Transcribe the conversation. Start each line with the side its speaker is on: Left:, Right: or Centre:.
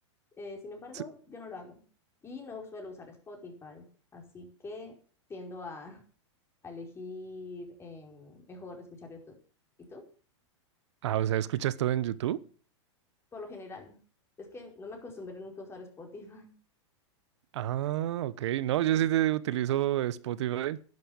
Left: Eh, sin embargo,
Right: S-
Left: yo no lo hago y no suelo usar Spotify, así que tiendo a, a elegir em, mejor escuchar YouTube. ¿Y tú?
Right: Ah, o sea, ¿escuchas todo en YouTube?
Left: Por lo general, es que no me acostumbré nunca a usar Spotify.
Right: Ah, ok. No, yo sí te utilizo Spotify